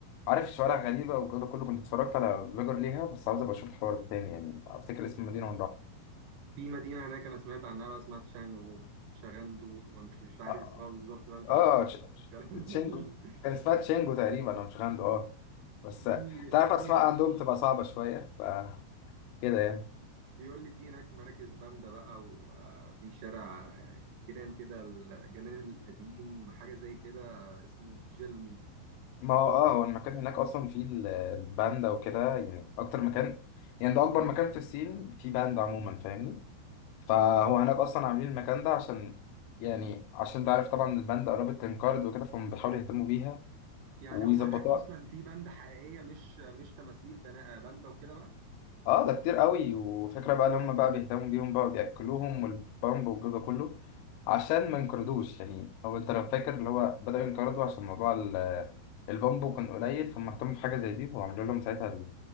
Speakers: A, on the left; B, on the right.
A: عارف شوارع غريبة والجو ده كله كنت اتفرجت على فيجر ليها بس عاوز أبقى أشوف الحوار ده تاني يعني أفتكر اسم المدينة
B: في مدينه هناك انا سمعت عنها بقى اسمها تشانغو تشاغندو ومش مش عارف
A: ونروحها
B: اسمها بالظبط بقى انت عارف
A: اه ش-
B: الكلام
A: تشينجو
B: <laughs>
A: كان اسمها تشينجو تقريبا او تشيغاندو اه بس
B: في
A: انت عارف اسماء
B: في هناك
A: عندهم تبقى صعبة شوية ف كده يعني
B: بيقول لي في هناك مراكز باندا بقى وفي شارع جنان كده الجنان القديم حاجة زي كده اسمه جيلني
A: ما هو اه هو المكان هناك اصلا فيه ال- الباندا وكده يعني اكتر مكان يعني ده اكبر مكان في الصين فيه باندا عموما فاهمني فهو هناك اصلا عاملين المكان ده عشان يعني عشان تعرف طبعا الباندا قربت تنقرض وكده فهم بيحاولوا يهتموا بيها
B: يعني
A: ويظبطوها
B: هو هناك أصلا في باندا حقيقية مش مش تماثيل بنا- باندا وكده بقى
A: اه ده كتير قوي وفكرة بقى اللي هم بقى بيهتموا بيهم بقى بياكلوهم والبامب والجو ده كله عشان ما ينقرضوش يعني هو انت لو فاكر اللي هو بدأوا ينقرضوا عشان موضوع ال- البامبو كان قليل فهم اهتموا بحاجة زي دي وعملوا لهم ساعتها